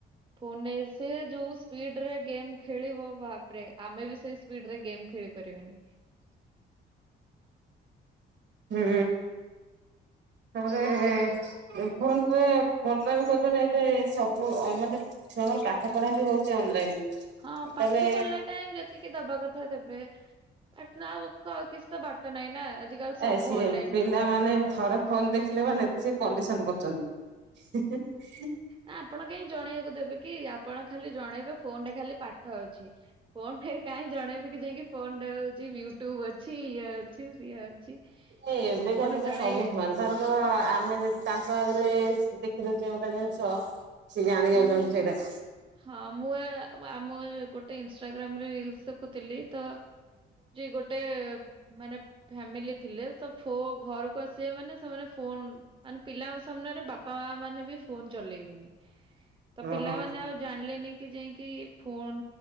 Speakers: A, on the right; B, on the right.
A: ଫୋନରେ ସେ ଯୋଉ ସ୍ପିଡରେ ଗେମ ଖେଳିବ ବାପରେ ଆମେ ବି ସେଇ ସ୍ପିଡରେ ଗେମ୍ ଖେଳି ପାରିବାନି।
B: ହୁଁ ତାପରେ ଫୋନରେ ବନା ବି କରିଦେଲେ ଏବେ ସବୁ ଅ ମାନେ ଛୁଆଙ୍କର ପାଠ ପଢା ବି ହଉଛି ଅନଲାଇନ।
A: ହଁ
B: ତାହେଲେ
A: ପାଠ ପଢିଲା ଟାଇମ ଯେ ଟିକେ ଦବା କଥା ଦେବେ ନା ଆଉ କ କିଛି ତ ବାଟ ନାହିଁ ନା। ଆଜିକାଲି ସବୁ
B: ଏ ସିଏ
A: ଅନଲାଇନ
B: ପିଲାମାନେ
A: ହେଇଗଲାଣି।
B: ଥରେ ଫୋନ ଦେଖିଲେ ମାନେ ଏତେ ସେ କଣ୍ଡିସନ କରୁଛନ୍ତି।
A: ନା ଆପଣ କାହିଁ ଜଣେଇବାକୁ ଦେବେ କି ଆପଣ ଖାଲି ଜଣେଇବେ ଫୋନରେ ଖାଲି ପାଠ ଅଛି। ଫୋନ ଟେ କାହିଁ ଜଣେଇବ କି ଯାଇକି ଫୋନଟେ ହଉଛି ୟୁଟ୍ୟୁବ ଅଛି ଇଏ ଅଛି ସିଏ ଅଛି।
B: ଏ ଏବେ
A: ଆପଣ
B: କା ପିଲା
A: ଜଣେଇବେନି
B: ସବୁ ସ୍ମାର୍ଟ ତାର ତ ଆମେ ଯଦି ତାଙ୍କ ଆଗରେ ଦେଖିଦଉଛେ ଗୋଟେ ଜିନିଷ। ସେ ଜାଣି ଯାଉଛନ୍ତି
A: ମୁଁ
B: ସେଇଟା।
A: ହଁ ମୁଁ ଏ ଆମ ଗୋଟେ ଇନଷ୍ଟାଗ୍ରାମ ରେ ରିଲସ ଦେଖୁଥିଲି ତ ଗୋଟେ ମାନେ ଫ୍ୟାମିଲି ଥିଲେ ତ ଫୋ ଘରକୁ ଆସିବେ ମାନେ ସେମାନେ ଫୋନ ମାନେ ପିଲାଙ୍କ ସାମ୍ନାରେ ବାପା ମା ମାନେ ବି ଫୋନ ଚଲେଇବେନି। ତ
B: ଓହୋ।
A: ପିଲାମାନେ ଆଉ ଜାଣିଲେନି କି ଯାଇକି ଫୋନ